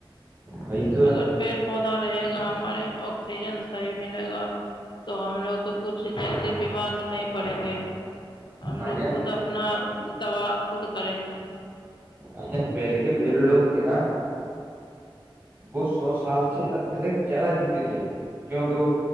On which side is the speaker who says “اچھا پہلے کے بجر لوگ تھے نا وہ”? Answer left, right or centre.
Right